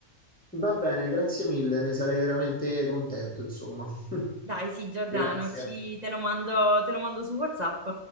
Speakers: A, in the centre; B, on the right.
A: Va bene, grazie mille, ne sarei veramente contento, insomma. <laughs>
B: Dai, sì, Giordano,
A: Grazie.
B: ci- te lo mando, te lo mando su WhatsApp.